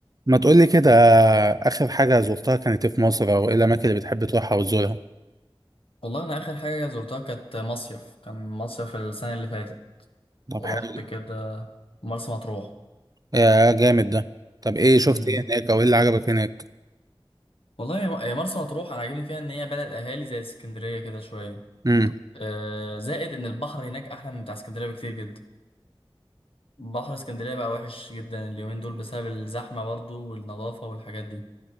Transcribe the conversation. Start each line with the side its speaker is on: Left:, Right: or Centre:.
Right: ما تقولي كده آخر حاجة زرتها كانت إيه في مصر أو إيه الأماكن اللي بتحب تروحها وتزورها
Left: والله انا اخر حاجه زرتها كانت مصيف كان مصيف السنه اللي فاتت
Right: طب
Left: ورحت
Right: حلو
Left: كده مرسى مطروح
Right: يا جامد ده طب إيه شفت
Left: امم
Right: إيه هناك أو إيه اللي عجبك هناك
Left: والله يا يا مرسى مطروح انا عاجبني فيها ان هي بلد اهالي زي اسكندريه كده شويه
Right: امم
Left: آه، زائد ان البحر هناك احلى من بتاع اسكندريه بكتير جدا بحر اسكندريه بقى وحش جدا اليومين دول بسبب الزحمه برضو والنظافه والحاجات دي